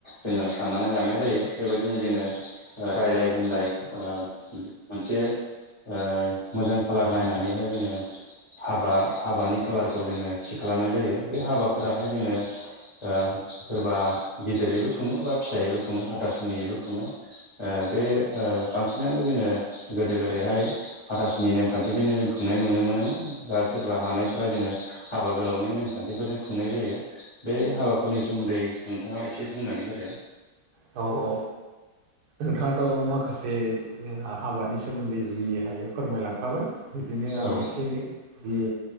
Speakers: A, on the left; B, on the right.
A: जोङो साननानै लानाय जायो बेबायदिनो जोङो ओ रायलाय होनलाय। ओं मोनसे ओयो मोजां खालार नायनानैहाय जोङो। हाबा हाबानि खालारखौ जोङो थि खालामनाय जायो बे हाबाफोराहाय जोङो। ओ सोरबा गिदिरैबो खुङो बा फिसायैबो खुङो हाथासुनियैबो खुङो। ओ बे ओ बांसिनानो जोङो गोदो गोदायहाय हाथासुनि नेमखान बेजोंनो जों खुंनाय नुनो मोनोमोन बा सोरबा हानायफ्रा जोङो। हाबा गोलावनि नेमखान्थिफोरजों खुंनाय जायो। बे हाबाफोरनि सोमोन्दै नोंथाङा एसे बुंनानै होदो।
B: औ औ नोंथाङाथ' माखासे जोंहा हाबानि सोमोन्दै जि हायो फोरमायलांखाबाय बिदिनो आं
A: औ
B: एसे एनै जे